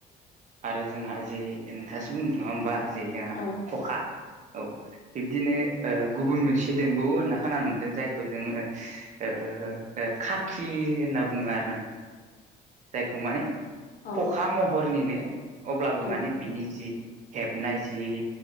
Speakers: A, on the right; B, on the left.
A: आरो जोंहा जे नोंथाङासो बुंदों नङा होमबा? जे जोंहा
B: औ
A: खखा औ बिबदिनो ओ गुबुन मोनसे दोंबौवो होनना खानानै मोनदों जायखौ खौ जोङो ओ ओ खाखि होनना बुङो आरो ना। जायखौ माने
B: औ
A: खखा महरनिनो अब्लाबो
B: औ
A: माने बिनि जि हेबनाय जि